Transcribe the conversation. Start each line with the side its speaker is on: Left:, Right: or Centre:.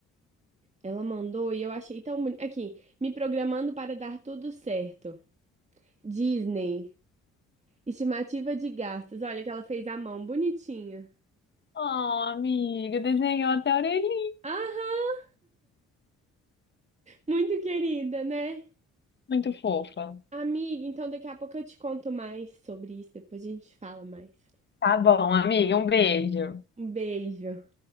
Right: Ela mandou e eu achei tão bonito. Aqui, me programando para dar tudo certo. Disney, estimativa de gastos. Olha que ela fez à mão, bonitinha.
Left: Oh, amiga, desenhou até a orelhinha.
Right: Aham, muito querida, né?
Left: Muito fofa.
Right: Amiga, então daqui a pouco eu te conto mais sobre isso, depois a gente fala mais.
Left: Tá bom, amiga, um beijo.
Right: Um beijo.